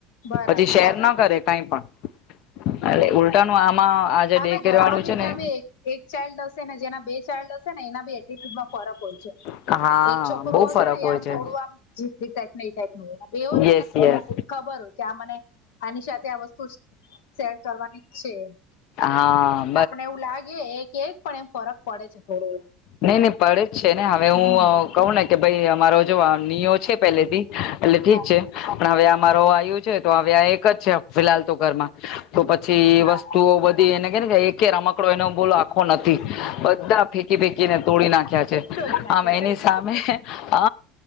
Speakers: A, on the left (about 80°); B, on the left (about 55°).
A: બરાબર
B: પછી શેર
A: છે
B: ના કરે કઈ પણ ઉલટાનું આમાં. આજે ડે
A: આમે
B: કેર
A: ઘર
B: વાળું
A: માં ભી
B: છે
A: ક્યાં
B: ને
A: ભી એક એક ચાઇલ્ડ હશે ને જેના. ડ હશે ને એના બી એટટ્યુડમાં ફરક હોય છે.
B: હા
A: એક છોકરું
B: બહુ
A: હશે
B: ફરક
A: ને
B: હોય
A: આમ
B: છે
A: થોડું આમ જી ટપ એ ટાઈપ ન હોય. બેવો ને
B: યસ
A: એને
B: યસ
A: ખબર હોય કે આ મને આની સાથે આ વસ્તુ. શેર કરવાની છે
B: હા
A: આપણે એવું લાગે એક એક પણ એમ. ફરક પડે છે થોડો એમ
B: નઈ નહી પડે જ છે ને હવે હું
A: હમ
B: કહ ના. કે ભાઈ અમારો જો આ નિયો છે પેલે થી એટલે ઠીક
A: હા
B: છે પણ હવે આ. મારો આવું છે તો હવે આ એક જ છે ફિહાલ તો ઘરમાં. તો પછી એ
A: હા
B: વસ્તુઓ બધી એને કે કે એક રમકડો એનો બોલ આખો નથી. બધા ફેંકી ફેકીને તોડી નાખ્યા છે
A: છોડી નાખ્યા
B: આમ એની
A: છે
B: સામે હ.